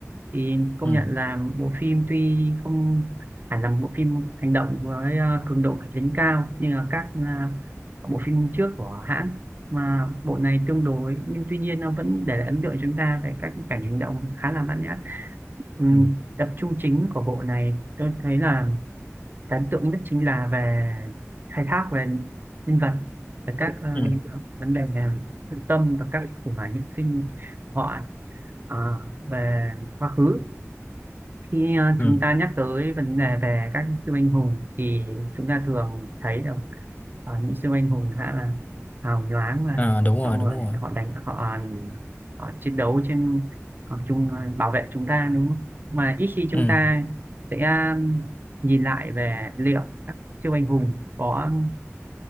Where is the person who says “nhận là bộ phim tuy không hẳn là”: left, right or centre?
Right